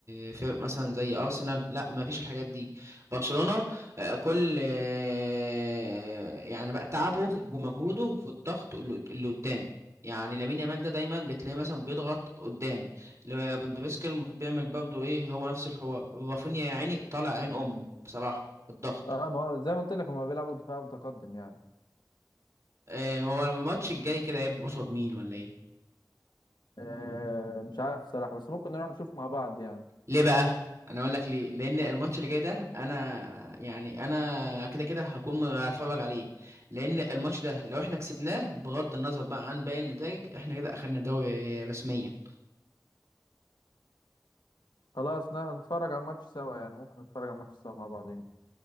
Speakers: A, on the right (about 45°); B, on the left (about 85°).
A: آه، فرق مثلا زي ارسنال لا ما فيش الحاجات دي برشلونة آه، كل آه، يعني بقى تعبه ومجهوده في الضغط اللي اللي قدام يعني لامين يامال ده دايما بتلاقيه مثلا بيضغط قدام لو بندوفسكي المفروض بيعمل برضه ايه هو نفس الحوار رافينيا يا عيني طالع عين امه بصراحه في الضغط
B: اه ما هو زي ما قلت لك هما بيلعبوا دفاع متقدم يعني
A: آه هو الماتش الجاي كده هيبقى قصاد مين ولا ايه
B: آه مش عارف صراحة بس ممكن نروح نشوف مع بعض يعني
A: ليه بقى انا اقول لك ليه لان الماتش اللي جاي ده انا يعني انا كده كده هكون م- هتفرج عليه لان الماتش ده لو احنا كسبناه بغض النظر بقى عن باقي النتائج احنا كده اخدنا دوري رسميا
B: خلاص نا- نتفرج على الماتش سوا يعني ممكن نتفرج على الماتش سوا مع بعضين